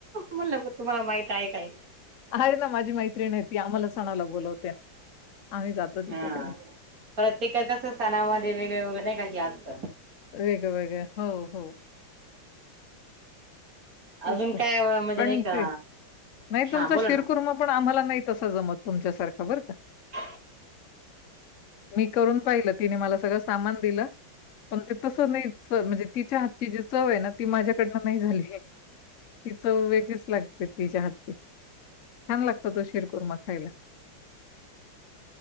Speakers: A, on the right; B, on the left.
A: म्हणलं प तुम्हाला माहित आहे काय
B: अरे ना माझी मैत्री नाही ती आम्हाला सणाला बोलवते ना आम्ही जातो तिच्याकडे.
A: हा प्रत्येकाच्या स्थानामध्ये वेगळे वगरे नाही का असत
B: वेगवेगळे हो हो तेच
A: अजून
B: तर
A: काय म्हणजे
B: पण
A: नाही का
B: ते नाही
A: हा
B: तुमच
A: बोला
B: शिरकूर
A: ना
B: मग पण आम्हाला नाही तसं जमत तुमच्यासारखं बरं का
A: ह
B: मी करून पाहिलं तिने मला सगळं सामान दिलं पण ते तसं नाही च म्हणजे तिच्या हातची जी चव आहे ना ती माझ्याकडनं नाही झाली ती चव वेगळीच लागते तिच्या हातची छान लागत तो शिरकुर्मा खायला